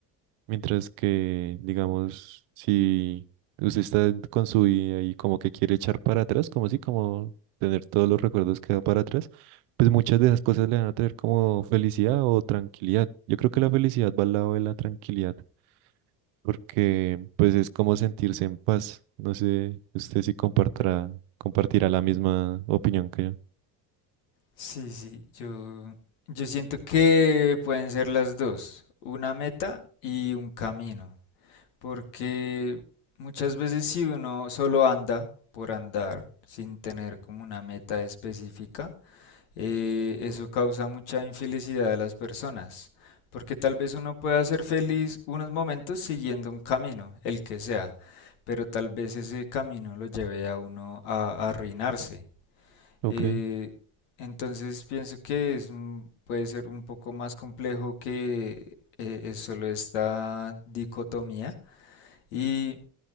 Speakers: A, on the right; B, on the left.
A: Mientras que, digamos, si usted está en- con su vida y como que quiere echar para atrás, como si, como tener todos los recuerdos que da para atrás, pues muchas de esas cosas le van a traer como felicidad o tranquilidad. Yo creo que la felicidad va al lado de la tranquilidad, porque pues es como sentirse en paz. No sé, usted si compartirá, compartirá la misma opinión que yo.
B: Sí, sí, yo, yo siento que pueden ser las dos, una meta y un camino, porque muchas veces si uno solo anda por andar sin tener como una meta específica, eh, eso causa mucha infelicidad a las personas, porque tal vez uno pueda ser feliz unos momentos siguiendo un camino, el que sea, pero tal vez ese camino lo lleve a uno a, a arruinarse.
A: Ok.
B: Eh, entonces pienso que es, un- puede ser un poco más complejo que eh, es solo esta dicotomía. Y